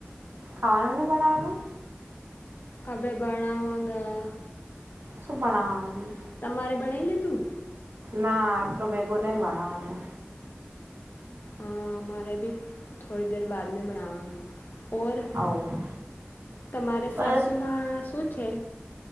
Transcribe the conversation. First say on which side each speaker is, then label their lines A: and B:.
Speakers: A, on the right; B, on the left.
A: ખાવાનું ન બનાવાનું.
B: અ બે બનાવાંગા.
A: સુું બનાવનું.
B: તમારે બનાઈ લીધું.
A: ના આટલો ભેગો નહીં બણાવાનુ.
B: હા અમારે ભી થોડી દેર બાદ મે બનાવાંગ. ઓર
A: આવું
B: તમારે
A: બસ
B: સાસુમાં શું છે.